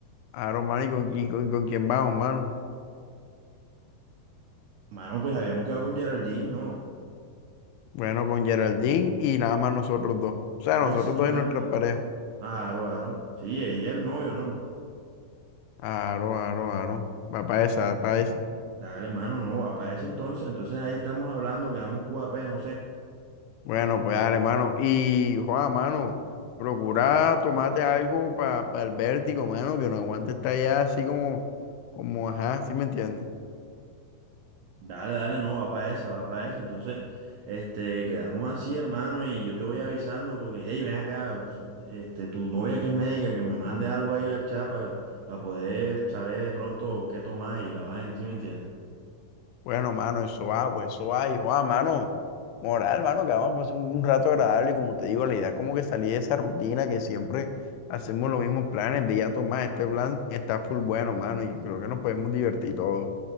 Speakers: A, on the left (about 85°); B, on the right (about 80°).
A: Aaron, mano, ¿y con, y con, y con quién vamos, mano?
B: Mano, pues habíamos quedado con Geraldine, ¿no?
A: Bueno, con Geraldine y nada más nosotros dos. O sea,
B: Pues
A: nosotros
B: sí,
A: dos
B: mano,
A: y nuestras parejas.
B: aro, aro, sí, ella es el novio, ¿no?
A: Aro, aro, aro. Va para esa, va para esa.
B: Dale, mano, no, va para ese entonces, entonces ahí estamos hablando, quedamos Q A p no sé.
A: Bueno, pues dale, mano. Y, Juan, mano, procura tomarte algo para el vértigo, mano, que no aguante estar allá así como, como, ajá, ¿sí me entiendes?
B: Dale, dale, no, va para esa, va para esa. Entonces, este, quedamos así, hermano, y yo te voy avisando porque, hey, ven acá, este, tu novia que es médica, que me mande algo ahí al chat para, poder saber de pronto qué tomar y la vaina, ¿sí me entiendes?
A: Bueno, mano, eso va, pues eso va. Y, Juan, mano, moral, mano, que vamos a pasar un, un rato agradable. Como te digo, la idea es como que salir de esa rutina que siempre hacemos los mismos planes de ya tomar. Este plan está full bueno, mano, y creo que nos podemos divertir todos.